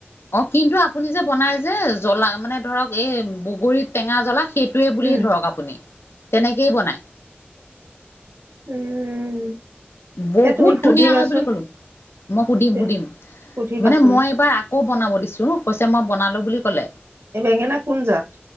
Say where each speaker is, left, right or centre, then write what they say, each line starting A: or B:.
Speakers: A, on the left (about 75°); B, on the right (about 80°).
A: অ কিন্তু আপুনি যে বনাই যে জ্বলা মানে ধৰক এই বগৰী টেঙা জ্বলা সেইটো। টোৱে বুলিয়ে
B: উম
A: ধৰক আপুনি তেনেকেই বনায়।
B: উম উম
A: বহুত
B: এ তুমি সুধিবাচোন
A: ধুনীয়া হয় বুলি ক'লো মই সুধিম
B: তে
A: সুধিম
B: সুধিবাচোন
A: মানে মই এইবাৰ আকৌ বনাব দিছোঁ। কৈছে মই বনালো বুলি ক'লে।
B: এই বেঙেনা কোন জাত